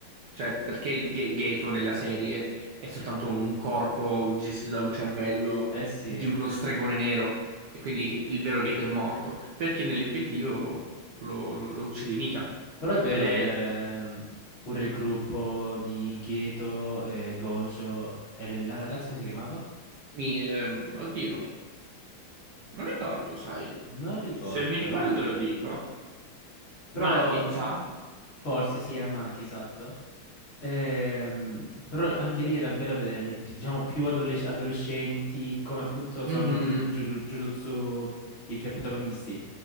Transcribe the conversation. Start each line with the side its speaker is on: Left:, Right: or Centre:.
Right: cioè perché il Ga- Gato nella serie è soltanto un corpo gestito da un cervello
Left: Eh sì.
Right: di uno stregone nero, e quindi che il vero Gato è morto, perché nell'effettivo lo, lo- lo uccide mica.
Left: Però è bello
Right: Ed è...
Left: vedere mm, pure il gruppo di Geto e Gojo. E le- la ragazza come si chiamava?
Right: mi- ehm, oddio, non ricordo, sai.
Left: Non ricordo.
Right: Se mi ricordo te lo dico.
Left: Però
Right: Maki, mi sa?
Left: forse sì, era Maki, esatto. Ehm, però anche lì era bello vederli, pi- diciamo, più adolesc- adolescenti, come appunto
Right: Mhm,
Left: sono Ju- in Juju- Jujutsu i tre protagonisti.